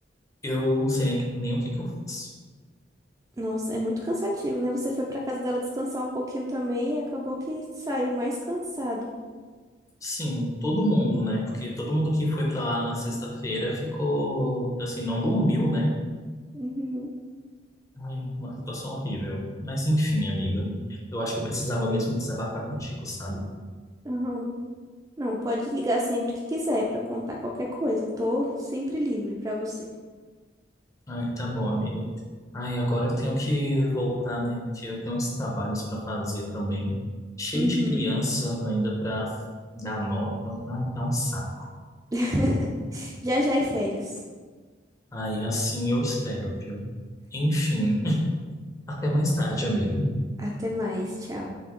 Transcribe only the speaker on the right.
Nossa, é muito cansativo, né? Você foi pra casa dela descansar um pouquinho também e acabou que saiu mais cansado.
Uhum.
Aham. Não, pode ligar sempre que quiser pra contar qualquer coisa. Tô sempre livre pra você.
Uhum.
<laughs> Já já é férias.
Até mais, tchau.